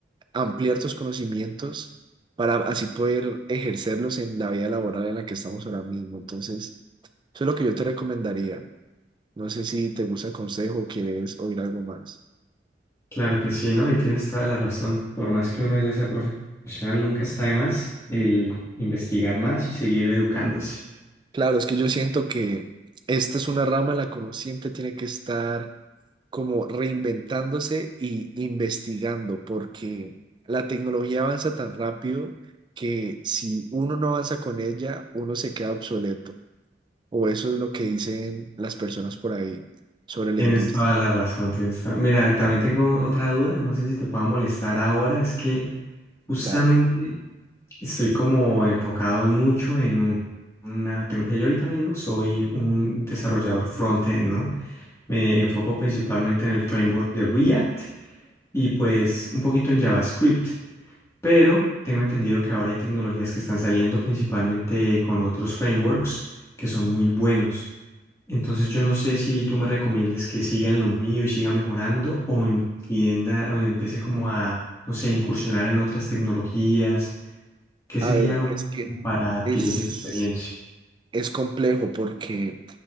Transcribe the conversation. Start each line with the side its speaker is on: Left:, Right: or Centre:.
Right: ampliar tus conocimientos para así poder ejercerlos en la vida laboral en la que estamos ahora mismo. Entonces, eso es lo que yo te recomendaría. No sé si te gusta el consejo o quieres oír algo más.
Left: Claro que sí, ¿no? Y tienes toda la razón. Por más que uno ya sea profesional, nunca está de más el investigar más y seguir educándose.
Right: Claro, es que yo siento que esta es una rama en la que uno siempre tiene que estar como reinventándose y investigando, porque la tecnología avanza tan rápido que si uno no avanza con ella, uno se queda obsoleto. O eso es lo que dicen las personas por ahí sobre la
Left: Tienes
Right: industria.
Left: toda la razón, tienes toda- Mira, también tengo otra duda, no sé si te pueda molestar ahora, es que justamente
Right: Dale.
Left: estoy como enfocado en mucho en un- una tecnología. Yo ahorita mismo soy un desarrollador front-end, ¿no? Me enfoco principalmente en el framework de React y pues un poquito en JavaScript, pero tengo entendido que ahora hay tecnologías que están saliendo principalmente con otros frameworks que son muy buenos. Entonces yo no sé si tú me recomiendas que sigan lo mío y siga mejorando o entienda o empiece como a, no sé, incursionar en otras tecnologías. ¿Qué
Right: A
Left: sería
Right: ver,
Left: lo mejor
Right: es que
Left: como para adquirir
Right: es,
Left: experiencia?
Right: es complejo porque